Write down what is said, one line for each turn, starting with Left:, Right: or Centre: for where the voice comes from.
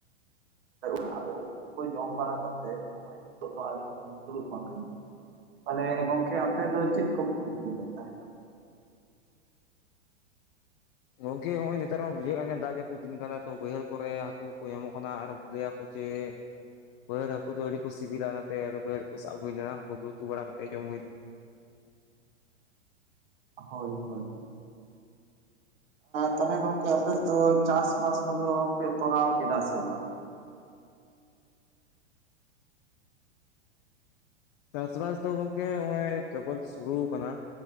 Right: ᱼᱟ ᱟᱫᱚ ᱩᱱᱠᱩ ᱠᱚ ᱡᱚᱢ ᱵᱟᱲᱟ ᱠᱟᱛᱮᱜ ᱱᱚᱜ ᱚᱭ ᱱᱤᱛᱚᱜ ᱫᱚ ᱟᱹᱞᱤᱧ ᱫᱚᱞᱤᱧ ᱫᱩᱲᱩᱵ ᱟᱠᱟᱱᱟ ᱟᱠᱟᱱᱟ᱾ ᱛᱟᱦᱚᱞᱮ ᱜᱚᱝᱠᱮ ᱟᱯᱮ ᱫᱚ ᱪᱮᱫ <unintelligible> ᱛᱟᱦᱮᱱᱟ᱾
Left: ᱜᱚᱝᱠᱮ ᱦᱚᱸᱜ ᱚᱭ ᱱᱮᱛᱟᱨ ᱢᱟ ᱵᱩᱡᱷᱟᱹᱣ ᱠᱟᱱ ᱫᱟᱜ ᱡᱟᱯᱩᱫ ᱫᱤᱱ ᱠᱟᱱᱟ ᱛᱚ, ᱵᱟᱹᱭᱦᱟᱹᱲ ᱠᱚᱨᱮ ᱦᱟᱹᱠᱩ ᱠᱚ ᱧᱟᱢᱚᱜ ᱠᱟᱱᱟ ᱟᱨ ᱞᱟᱹ ᱪᱮ ᱵᱟᱹᱨᱟᱹᱲ ᱦᱟᱹᱠᱩ ᱫᱚ ᱟᱹᱰᱤ ᱠᱚ ᱥᱤᱵᱤᱞᱟ, ᱱᱚᱛᱮ ᱟᱨ ᱵᱟᱹᱨᱟᱹᱲ ᱠᱚ ᱥᱟᱵ ᱦᱩᱭ ᱞᱮᱱᱟ ᱩᱱᱠᱩ ᱩᱛᱩ ᱵᱟᱲᱟ ᱠᱟᱛᱮᱜ ᱡᱚᱢ ᱦᱩᱭᱱᱟ
Right: ᱦᱳᱭ ᱦᱳᱭ ᱛᱟᱦᱚᱞᱮ ᱜᱚᱝᱠᱮ ᱟᱯᱮ ᱫᱚ ᱪᱟᱥ ᱵᱟᱥ ᱠᱚᱫᱚ ᱯᱮ ᱛᱚᱨᱟᱣ ᱠᱮᱫᱟ ᱥᱮ ᱵᱟᱝ?
Left: ᱪᱟᱥᱵᱟᱥ ᱫᱚ ᱜᱚᱢᱠᱮ ᱱᱚᱜᱼᱚᱭ ᱠᱮᱵᱚᱞ ᱥᱩᱨᱩ ᱟᱠᱟᱱᱟ᱾